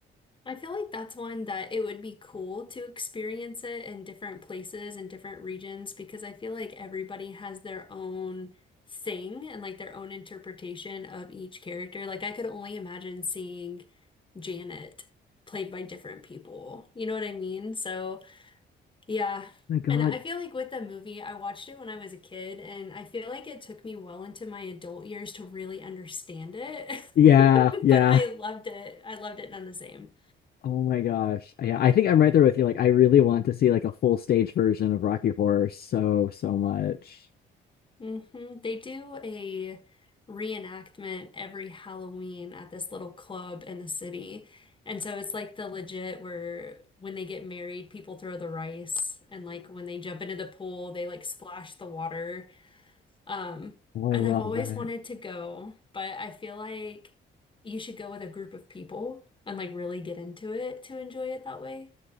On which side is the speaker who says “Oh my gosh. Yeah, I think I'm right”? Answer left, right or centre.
Left